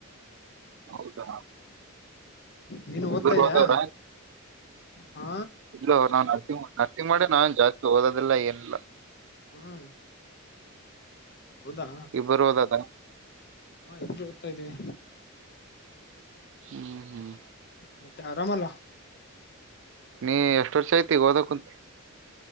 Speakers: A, on the right; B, on the left.
A: ಹೌದಾ
B: ನೀನು ಓದ್ತಾ
A: ಹೋದವ್ರ
B: ಇದ್ಯಾ ಹಾ
A: ಇಲ್ಲ ಅವ ನಾನ್ ನರ್ಸಂಗ ನರ್ಸಿಂಗ್ ಮಾಡೇ ನಾನ್. ಜಾಸ್ತಿ ಓದೋದಿಲ್ಲ ಏನಿಲ್ಲ.
B: ಹ್ಮ್. ಹೌದಾ
A: ಇಬ್ಬರು ಒದೋದ ಅದಾ.
B: ಹಾ ಇಬ್ರು ಓದ್ತಾ ಇದ್ದೀವಿ.
A: ಹ್ಮ್ ಹ್ಮ್.
B: ಮತ್ತೆ ಆರಾಮಲ್ಲ
A: ನೀ ಎಷ್ಟ ವರ್ಷ ಐತಿ ಹೋದಕ್ಕಂತ